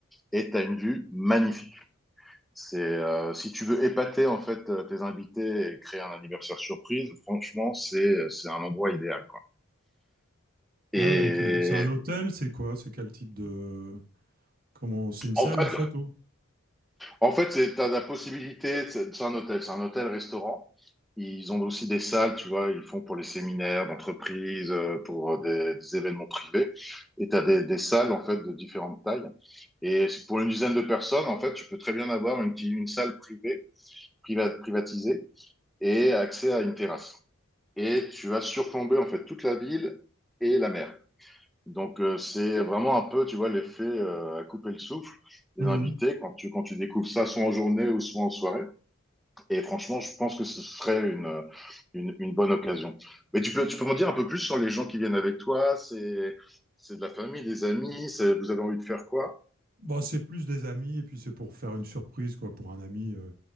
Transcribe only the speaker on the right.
Ah ouais, ok. C'est un hôtel, c'est quoi? C'est quel type de... Comment... C'est une salle,
en fait,
ou...
Bon, c'est plus des amis, et puis c'est pour faire une surprise, quoi, pour un ami euh,